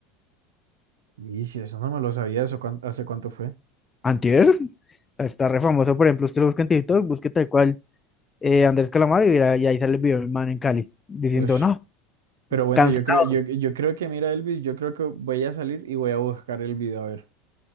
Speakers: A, on the right; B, on the left.
A: Y eso no me lo sabía, ¿eso cuán- hace cuánto fue?
B: Antier, <laughs> está re famoso, por ejemplo, usted lo busca en TikTok, busque tal cual eh, Andrés Calamaro y, verá- y ahí sale el video del man en Cali, diciendo,
A: Ush.
B: no,
A: Pero bueno,
B: cancelados.
A: yo creo, yo, yo creo que, mira, Elvis, yo creo que voy a salir y voy a buscar el video. A ver,